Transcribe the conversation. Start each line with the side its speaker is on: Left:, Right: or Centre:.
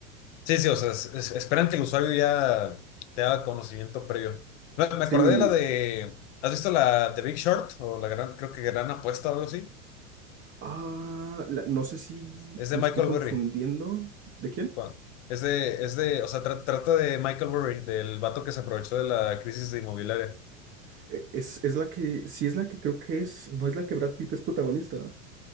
Left: Sí, sí, o sea, es- es- esperan que el usuario ya te haga conocimiento previo. Me, me
Right: Sí.
Left: acordé de la de. ¿Has visto la The Big Short? O la gran, creo que Gran Apuesta o algo así.
Right: Ah, la- no sé si
Left: Es de
Right: me
Left: Michael
Right: estoy confundiendo.
Left: Berry.
Right: ¿De quién?
Left: Juan. Es de, es de, o sea, tra- trata de Michael Berry, del vato que se aprovechó de la crisis de inmobiliaria.
Right: Eh, Es, es la que, sí es la que creo que es, no es la que Brad Pitt es protagonista.